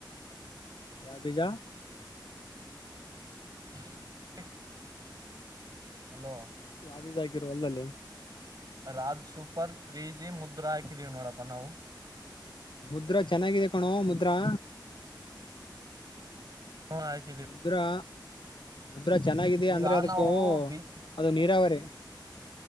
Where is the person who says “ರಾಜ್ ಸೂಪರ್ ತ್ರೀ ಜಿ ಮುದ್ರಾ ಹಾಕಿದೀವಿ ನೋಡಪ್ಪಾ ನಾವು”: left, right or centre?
Right